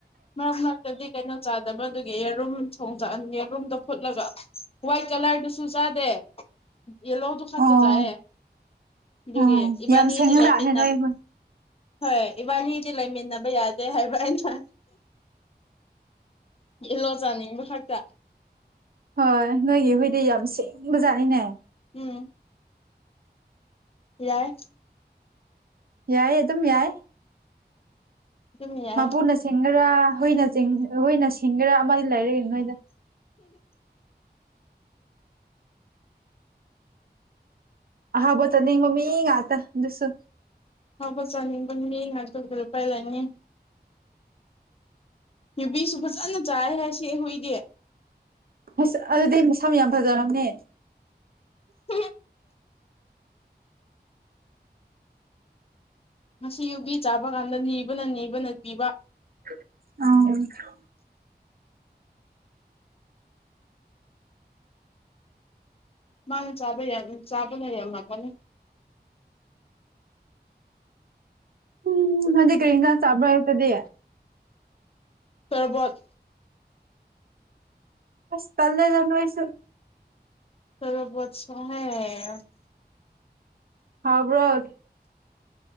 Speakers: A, on the left; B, on the right.
A: ꯃꯔꯛ ꯃꯔꯛꯇꯗꯤ ꯀꯩꯅꯣ ꯆꯥꯗꯕ ꯑꯗꯨꯒꯤ ꯌꯦꯔꯨꯝ ꯊꯣꯡ ꯆꯥ ꯌꯦꯔꯨꯝꯗꯣ ꯐꯨꯠꯂꯒ ꯋꯥꯏꯠ ꯀꯂꯔꯗꯨꯁꯨ ꯆꯥꯗꯦ ꯌꯦꯂꯣꯗꯨ ꯈꯛꯇ
B: ꯑꯣ
A: ꯆꯥꯏꯌꯦ ꯑꯗꯨꯒꯤ
B: ꯑꯣ
A: ꯏꯕꯥꯏꯅꯤꯗꯤ
B: ꯌꯥꯝ ꯁꯦꯡꯉꯖꯥꯠꯅꯦ
A: ꯂꯩꯃꯤꯟꯅ
B: ꯅꯣꯏ ꯍꯨꯏ
A: ꯍꯣꯏ ꯏꯕꯥꯏꯅꯤꯗꯤ ꯂꯩꯃꯤꯟꯅꯕ ꯌꯥꯗꯦ ꯍꯥꯏꯕ ꯑꯩꯅ ꯌꯦꯜꯂꯣ ꯆꯥꯅꯤꯡꯕ ꯈꯛꯇ
B: ꯍꯣꯏ ꯅꯣꯏꯒꯤ ꯍꯨꯏꯗꯤ ꯌꯥꯝ ꯁꯦꯡꯕ ꯖꯥꯠꯅꯤꯅꯦ
A: ꯎꯝ ꯌꯥꯏ
B: ꯌꯥꯏ ꯑꯗꯨꯝ ꯌꯥꯏ
A: ꯑꯗꯨꯝ ꯌꯥꯏ
B: ꯃꯄꯨꯅ ꯁꯤꯡꯒꯦꯔꯥ ꯍꯨꯏꯅ ꯆꯤꯡ ꯍꯨꯏꯅ ꯁꯤꯡꯒꯦꯔꯥ ꯑꯃꯗꯤ ꯂꯩꯔꯦ ꯅꯣꯏꯗ ꯑꯍꯥꯎꯕ ꯆꯥꯅꯤꯡꯕ ꯃꯤ ꯉꯥꯛꯇ ꯑꯗꯨꯁꯨ
A: ꯑꯍꯥꯎꯕ ꯆꯥꯅꯤꯡꯕ ꯃꯤ ꯉꯥꯛꯇ ꯂꯨꯄꯥꯏ ꯂꯩꯅꯤ ꯌꯨꯕꯤꯁꯨ ꯐꯖꯅ ꯆꯥꯏꯍꯦ ꯁꯤ ꯍꯨꯏꯗꯤ꯫
B: ꯑꯁ ꯑꯗꯨꯗꯤ ꯃꯁꯝ ꯌꯥꯝ ꯐꯖꯔꯝꯅꯤ꯫
A: <unintelligible> ꯉꯁꯤ ꯌꯨꯕꯤ ꯆꯥꯕ ꯀꯥꯟꯗ ꯅꯤꯕꯅ ꯅꯤꯕꯅ ꯄꯤꯕ꯫
B: ꯑꯥ꯫
A: ꯃꯥꯅ ꯆꯥꯕ ꯆꯥꯕꯅ ꯌꯥꯝꯃꯝꯒꯅꯤ꯫
B: ꯎꯝ ꯅꯪꯗꯤ ꯀꯔꯤ ꯍꯦꯟꯖꯡ ꯆꯥꯕ꯭ꯔ ꯑꯌꯨꯛꯇꯗꯤ꯫
A: ꯇꯔꯣꯕꯣꯠ꯫
B: ꯑꯁ ꯇꯜꯂꯦꯗ ꯅꯣꯏꯁꯨ꯫
A: ꯇꯣꯔꯣꯕꯣꯠ ꯁꯨ <unintelligible>
B: ꯍꯥꯎꯕ꯭ꯔꯣ꯫